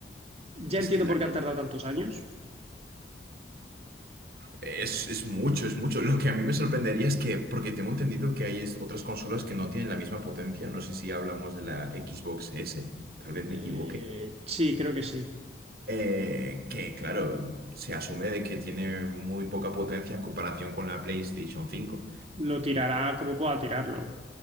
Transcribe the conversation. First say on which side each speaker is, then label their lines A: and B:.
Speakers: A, on the right; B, on the right.
A: Ya
B: Es
A: entiendo
B: que
A: por qué han tardado tantos años.
B: Es, es mucho, es mucho. Lo que a mí me sorprendería es que, porque tengo entendido que hay es- otras consolas que no tienen la misma potencia, no sé si hablamos de la Xbox S, tal vez
A: Eh,
B: me equivoque,
A: sí, creo que sí.
B: eh, que claro, se asume de que tiene muy poca potencia en comparación con la PlayStation cinco
A: Lo tirará como pueda tirarlo.